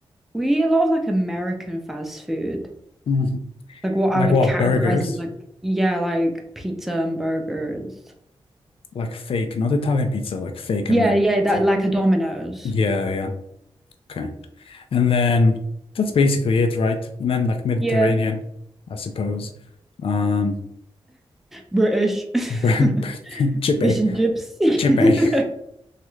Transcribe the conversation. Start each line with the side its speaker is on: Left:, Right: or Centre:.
Centre: we eat a lot of like American fast food.
Left: Mhm.
Centre: Like what I
Left: like
Centre: would
Left: what
Centre: categorize
Left: burgers,
Centre: as like yeah, like pizza and burgers.
Left: like fake, not Italian pizza, like fake
Centre: Yeah,
Left: American
Centre: yeah, that
Left: pizza.
Centre: like a Domino's.
Left: Yeah, yeah. Okay. And then that's basically it, right? And then like Mediterranean,
Centre: Yeah.
Left: I suppose. Um,
Centre: British. <laughs>
Left: <laughs> Chippy.
Centre: Fish and chips. <laughs>
Left: Chippy.